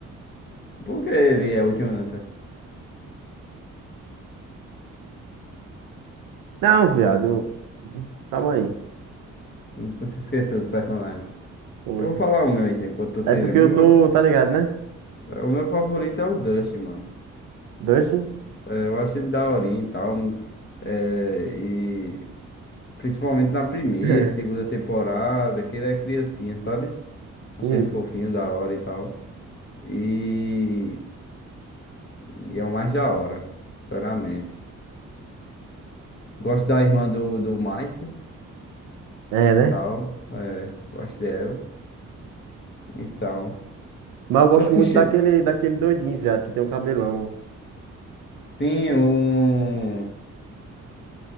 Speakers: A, on the left; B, on the right.
A: Por que ele é o Jonathan?
B: Não, viado. eu- Calma aí.
A: Tu se esqueceu dos personagens.
B: Foi.
A: Eu vou falar o meu, então, enquanto tu se
B: É porque
A: lembra.
B: eu
A: O meu,
B: tô, tá ligado, né?
A: o meu favorito é o Dusty, mano.
B: Dustin?
A: É, eu acho ele daorinha e tal. É, Principalmente na primeira,
B: <laughs>
A: segunda temporada, que ele é criancinha, sabe? Achei
B: Hum,
A: ele fofinho, da hora e tal. E, e é o mais da hora, sinceramente. Gosto da irmã do, do Mike,
B: é, né?
A: tal. É, gosto dela. Então.
B: Mas eu gosto
A: Eu te...
B: muito
A: chi-
B: daquele, daquele doidinho, viado, que tem um cabelão.
A: Sim, o.